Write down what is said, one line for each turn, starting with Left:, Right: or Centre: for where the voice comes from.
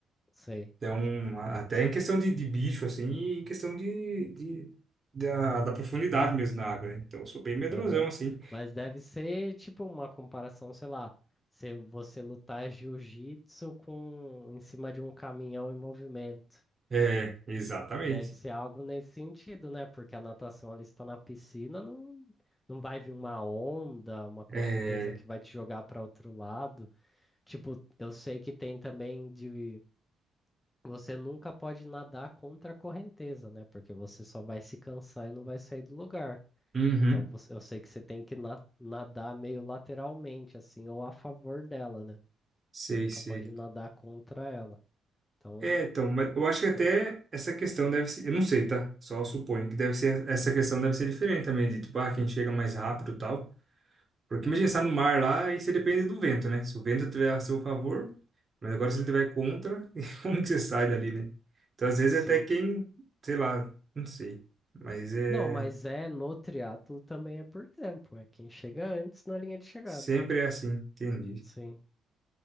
Left: sei.
Right: Então, a- até em questão de, de bicho, assim, e em questão de, de, da, da profundidade mesmo na água, né? Então, eu sou bem medrosão,
Left: Aham.
Right: assim.
Left: Mas deve ser tipo uma comparação, sei lá, se você lutar jiu-jitsu com em cima de um caminhão em movimento.
Right: É, exatamente.
Left: Deve ser algo nesse sentido, né? Porque a natação ali está na piscina, não, não vai vir uma onda, uma correnteza
Right: É,
Left: que vai te jogar para outro lado. Tipo, eu sei que tem também de você nunca pode nadar contra a correnteza, né? Porque você só vai se cansar e não vai sair do lugar.
Right: uhum,
Left: Então você- eu sei que você tem que na- nadar meio lateralmente, assim, ou a favor dela, né?
Right: sei,
Left: Você nunca
Right: sei.
Left: pode nadar contra ela. Então,
Right: É, então, mas eu acho
Left: acho
Right: que até
Left: que é.
Right: essa questão deve ser, eu não sei, tá? Só suponho que deve ser, essa questão deve ser diferente também, de tipo, ah, quem chega mais rápido e tal. Porque imagina, você tá no mar lá e você depende do vento, né? Se o vento tiver a seu favor, mas agora se ele tiver contra, <laughs> como que você sai dali, né? Então, às vezes
Left: Sim.
Right: até quem, sei lá, não sei. Mas é,
Left: Não, mas é no triatlo também é por tempo. É quem chega antes na linha de chegada.
Right: sempre é assim, entendi.
Left: Sim.